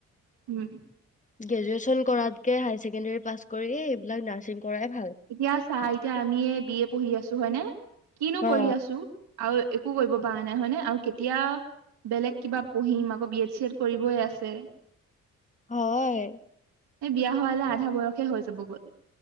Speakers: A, on the right; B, on the left.
A: উম
B: গ্ৰেজুুৱেচন কৰাতকে হাই ছেকেণ্ডৰী পাছ কৰি এইবিলাক নাৰ্ছিং কৰাই ভাল
A: এতিয়া চা এতিয়া আমিয়ে বি এ পঢ়ি আছো হয় নে? কিনো কৰি
B: অ
A: আছো? আৰু একো কৰিব পৰা নাই হয় নে আৰু কেতিয়া বেলেগ কিবা পহিম আকৌ বি এড চি এড কৰিবই আছে।
B: হয়
A: এই বিয়া হোৱালে আধা বয়সে হৈ যাব গৈ।